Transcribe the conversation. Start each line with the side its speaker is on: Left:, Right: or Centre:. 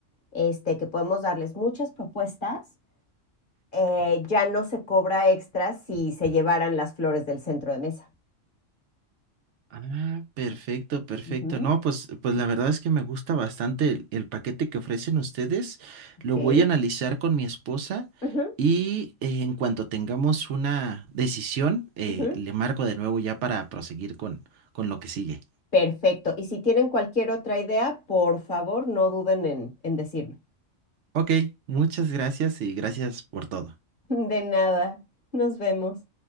Left: este, que podemos darles muchas propuestas eh,
Right: <laughs>
Left: ya no se cobra extra si se llevaran las flores del centro de mesa.
Right: Ah, perfecto, perfecto.
Left: Ujú,
Right: No, pues, pues la verdad es que me gusta bastante el, el paquete que ofrecen ustedes.
Left: ok.
Right: Lo voy a analizar con mi esposa
Left: Ujú,
Right: y eh, en cuanto tengamos una decisión, eh,
Left: ujú.
Right: le marco de nuevo ya para proseguir con, con lo que sigue.
Left: Perfecto. Y si tienen cualquier otra idea, por favor, no duden en, en decirme.
Right: Ok, muchas gracias y gracias por todo.
Left: <laughs> De nada. Nos vemos.